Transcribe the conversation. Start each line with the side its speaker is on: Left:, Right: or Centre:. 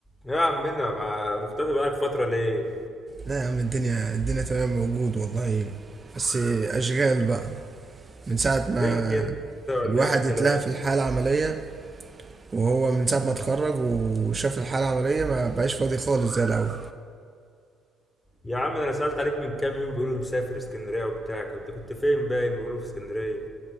Left: يا عمنا ما مختفي بقالك فترة ليه؟
Right: لا يا عم الدنيا الدنيا تمام موجود والله بس أشغال بقى من ساعة ما
Left: فين كده ولا
Right: الواحد
Left: ايه الكلام؟
Right: اتلهى في الحالة العملية وهو من ساعة ما اتخرج وشاف الحالة العملية ما بقاش فاضي خالص زي الأول
Left: يا عم ده انا سألت عليك من كام يوم بيقولوا مسافر اسكندرية وبتاع كنت كنت فين باين بيقولوا في اسكندرية